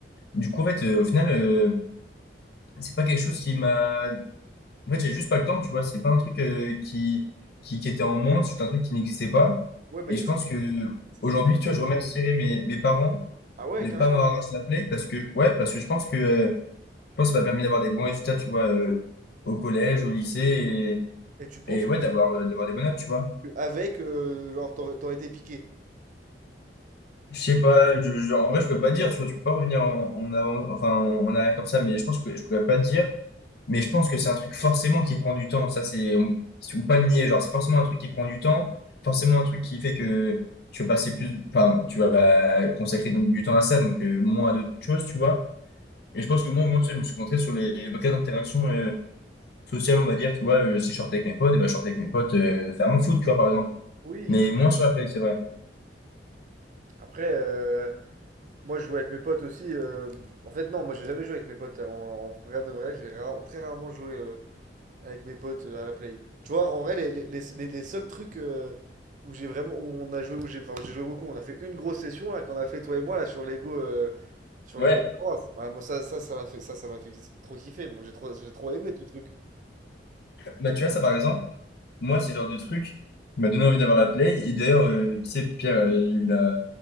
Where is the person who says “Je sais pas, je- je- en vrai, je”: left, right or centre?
Left